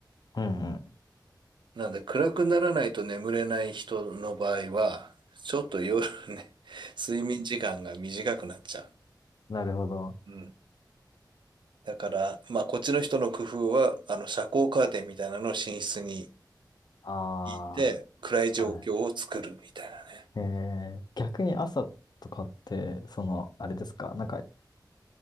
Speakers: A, on the left (about 60°); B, on the right (about 85°).
A: うんうん
B: なんで暗くならないと眠れない人の場合は、ちょっと夜ね、<laughs> 睡眠時間が短くなっちゃ
A: なるほど。
B: う。うん。だから、まあこっちの人の工夫は、あの遮光カーテンみたいなのを寝室に
A: あ
B: 引いて、暗い状況を作るみたいなね。
A: あ、はい。えー、逆に朝とかって、その、あれですか、なんか